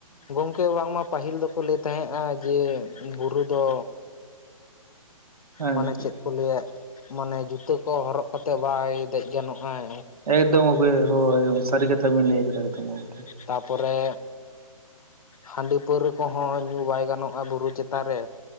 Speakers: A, on the left; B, on the right.
A: ᱜᱚᱝᱠᱮ ᱵᱟᱝᱢᱟ ᱯᱟᱹᱦᱤᱞ ᱫᱚᱠᱚ ᱞᱟᱹᱭ ᱛᱟᱦᱮᱸᱜ-ᱟ ᱡᱮ ᱵᱩᱨᱩ ᱫᱚ
B: ᱦᱮᱸ
A: ᱢᱟᱱᱮ
B: ᱜᱚᱢᱠᱮ
A: ᱪᱮᱫ ᱠᱚ ᱞᱟᱹᱭᱟ ᱢᱟᱱᱮ ᱡᱩᱛᱟᱹ ᱠᱚ ᱦᱚᱨᱚᱜ ᱠᱟᱛᱮᱜ ᱵᱟᱭ ᱫᱮᱡ ᱜᱟᱱᱚᱜ-ᱟᱭ
B: ᱮᱠᱫᱚᱢ ᱜᱮ ᱦᱳᱭ ᱥᱟᱹᱨᱤ ᱠᱟᱛᱷᱟ ᱵᱤᱱ ᱞᱟᱹᱭ ᱠᱮᱫᱟ ᱮᱠᱫᱚᱢ ᱜᱚᱝᱠᱮ
A: ᱛᱟᱯᱚᱨᱮ ᱦᱟᱺᱰᱤ ᱯᱟᱹᱣᱨᱟᱹ ᱠᱚᱦᱚᱸ ᱧᱩ ᱵᱟᱭ ᱜᱟᱱᱚᱜ-ᱟ ᱵᱩᱨᱩ ᱪᱮᱛᱟᱱ ᱨᱮ